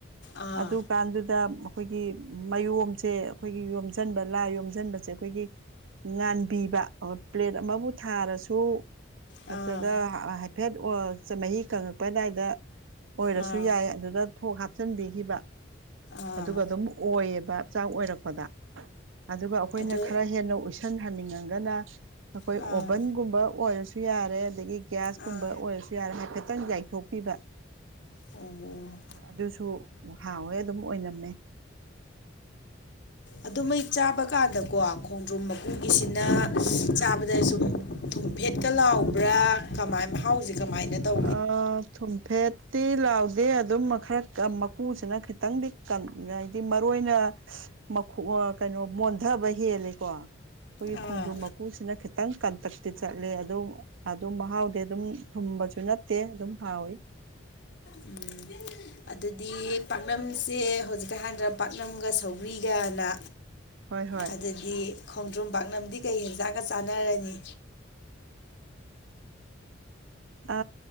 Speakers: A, on the left; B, on the right.
A: ꯑꯥ
B: ꯑꯗꯨꯀꯥꯟꯗꯨꯗ ꯑꯈꯣꯏꯒꯤ ꯃꯌꯣꯝꯁꯦ ꯑꯈꯣꯏꯒꯤ ꯌꯣꯝꯖꯟꯕ ꯂꯥ ꯌꯣꯝꯖꯟꯕꯁꯦ ꯑꯈꯣꯏꯒꯤ ꯉꯥꯟꯕꯤꯕ ꯄ꯭ꯂꯦꯠ ꯑꯃꯕꯨ ꯊꯥꯔꯁꯨ ꯅꯠꯇ꯭ꯔꯒ
A: ꯑꯥ
B: ꯍꯥꯏꯐꯦꯠ ꯑꯣ ꯆꯃꯍꯤ ꯀꯪꯉꯛꯄ ꯑꯗꯥꯏꯗ ꯑꯣꯏꯔꯁꯨ
A: ꯑꯥ
B: ꯌꯥꯏ ꯑꯗꯨꯗ ꯊꯣꯛ ꯍꯥꯞꯆꯤꯟꯕꯤꯈꯤꯕ
A: ꯑꯥ
B: ꯑꯗꯨꯒ ꯑꯗꯨꯝ ꯑꯣꯏꯌꯦꯕ ꯆꯥꯛ ꯑꯣꯏꯔꯛ ꯄꯗ ꯑꯗꯨꯒ ꯑꯈꯣꯏꯅ
A: ꯑꯗꯨ
B: ꯈꯔ ꯍꯦꯟꯅ ꯑꯣꯏꯁ ꯁꯟꯍꯟꯅꯤꯡꯉꯒꯅ ꯑꯈꯣꯏ
A: ꯑꯥ
B: ꯑꯣꯚꯟꯒꯨꯝꯕ ꯑꯣꯏꯔꯁꯨ ꯌꯥꯔꯦ ꯑꯗꯒꯤ ꯒ꯭ꯌꯥꯁ
A: ꯑꯥ
B: ꯀꯨꯝꯕ ꯑꯣꯏꯔꯁꯨ ꯌꯥꯔꯦ ꯍꯥꯏꯐꯦꯠꯇꯪ ꯌꯥꯏꯊꯣꯛꯄꯤꯕ
A: ꯑꯣ
B: ꯑꯗꯨꯁꯨ ꯍꯥꯎꯋꯦ ꯑꯗꯨꯝ ꯑꯣꯏꯅꯝꯃꯦ
A: ꯑꯗꯨ ꯃꯩ ꯆꯥꯕ ꯀꯥꯟꯗꯀꯣ ꯈꯣꯡꯗ꯭ꯔꯨꯝ ꯃꯀꯨꯒꯤꯁꯤꯅ ꯆꯥꯕꯗ ꯁꯨꯝ ꯊꯣꯝꯐꯦꯠꯀ ꯂꯥꯎꯕ꯭ꯔꯥ ꯀꯃꯥꯏ ꯃꯍꯥꯎꯖꯦ ꯀꯃꯥꯏꯅ ꯇꯧ
B: ꯑꯥ ꯊꯨꯝꯐꯦꯠꯇꯤ ꯂꯥꯎꯗꯦ ꯑꯗꯨꯝ ꯃ ꯈꯔ ꯀꯟ ꯃꯀꯨꯁꯤꯅ ꯈꯤꯇꯪꯗꯤ ꯅꯥꯏꯗꯤ ꯃꯔꯣꯏꯅ ꯃꯈꯨ ꯀꯅꯣ ꯃꯣꯟꯗꯕ ꯍꯦꯜꯂꯤꯀꯣ ꯈꯣꯏꯒꯤ
A: ꯑꯥ
B: ꯈꯣꯡꯗ꯭ꯔꯨꯝ ꯃꯀꯨꯁꯤꯅ ꯈꯤꯇꯪ ꯀꯟꯇꯛꯇꯤ ꯆꯠꯂꯦ ꯑꯗꯣ ꯑꯗꯨ ꯃꯍꯥꯎꯗꯤ ꯑꯗꯨꯝ ꯊꯨꯝꯕꯖꯨ ꯅꯠꯇꯦ ꯑꯗꯨꯝ ꯍꯥꯎꯋꯤ
A: ꯎꯝ ꯑꯗꯨꯗꯤ ꯄꯥꯛꯅꯝꯁꯦ ꯍꯧꯖꯤꯛꯀ ꯍꯥꯗ꯭ꯔ꫰ꯄꯥꯛꯅꯝꯒ ꯁꯧꯒ꯭ꯔꯤꯒꯅ
B: ꯍꯣꯏ ꯍꯣꯏ
A: ꯑꯗꯨꯗꯤ ꯈꯣꯡꯗ꯭ꯔꯨꯝ ꯄꯥꯛꯅꯝꯗꯤ ꯀꯩ ꯍꯦꯟꯖꯥꯡꯒ ꯆꯥꯟꯅꯔꯅꯤ
B: ꯑ